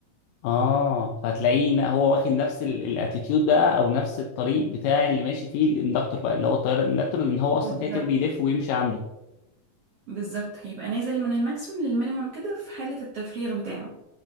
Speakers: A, on the left; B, on the right.
A: اه فهتلاقيه إن هو واخد نفس الاتيتيود بقى او نفس الطريق بتاع اللي ماشي فيه الاندكتور بقى اللي هو التيار الاندكتور لان هو اصلا
B: بالظبط
A: كده كده بيلف ويمشي عنده
B: بالظبط هيبقى نازل من الماكسيموم للمينيمم كده في حالة التفريغ بتاعه